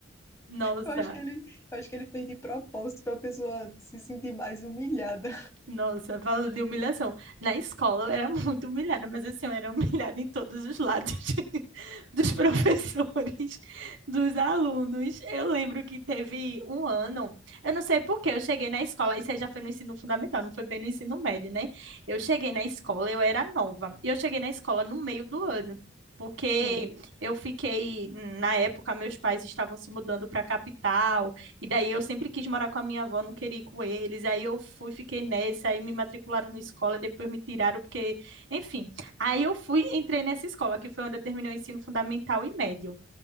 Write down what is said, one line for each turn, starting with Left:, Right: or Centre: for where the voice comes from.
Right: Nossa,
Left: eu acho que ele, eu acho que ele fez de propósito para a pessoa se sentir mais humilhada.
Right: Nossa, falando de humilhação. Na escola eu era <laughs> muito humilhada, mas assim, eu era humilhada em todos os lados, <laughs> dos professores, dos alunos. Eu lembro que teve um ano, eu não sei por que eu cheguei na escola, isso aí já foi no ensino fundamental, não foi bem no ensino médio, né? Eu cheguei na escola, eu era nova, e eu cheguei na escola no meio do ano. Porque
Left: Sim.
Right: eu fiquei, na época, meus pais estavam se mudando para a capital, e daí eu sempre quis morar com a minha avó, não queria ir com eles. Aí eu fui, fiquei nessa, aí me matricularam na escola, depois me tiraram, porque, enfim. Aí eu fui, entrei nessa escola, que foi onde eu terminei o ensino fundamental e médio.